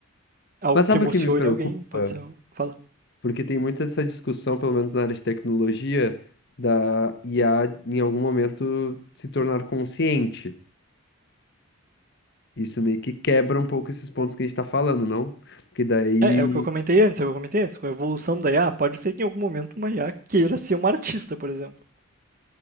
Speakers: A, on the right; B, on the left.
A: algo
B: Mas
A: que
B: sabe
A: emocione
B: o que me preocupa?
A: alguém, pode ser. Fala.
B: Porque tem muito essa discussão, pelo menos na área de tecnologia, da IA em algum momento se tornar consciente. Isso meio que quebra um pouco esses pontos que a gente tá falando, não? Porque daí.
A: É, é o que eu comentei antes, é o que eu comentei antes, com a evolução da IA, pode ser que em algum momento uma IA queira ser uma artista, por exemplo.